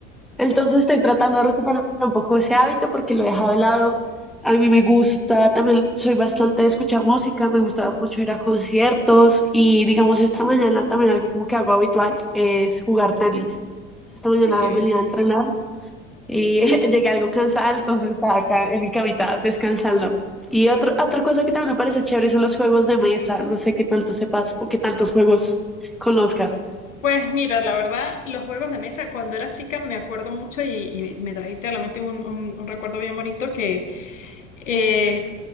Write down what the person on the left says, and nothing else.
Ay, qué bien.
Pues mira, la verdad, los juegos de mesa cuando era chica me acuerdo mucho y, y me trajiste a la mente un, un- un recuerdo bien bonito que eh,